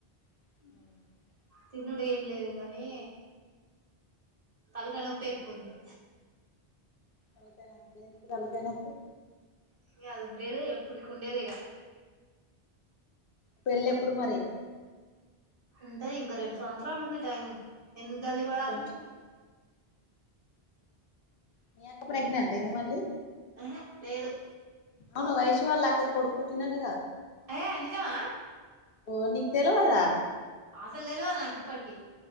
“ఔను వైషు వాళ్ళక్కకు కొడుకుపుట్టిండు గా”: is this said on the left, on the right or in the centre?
Left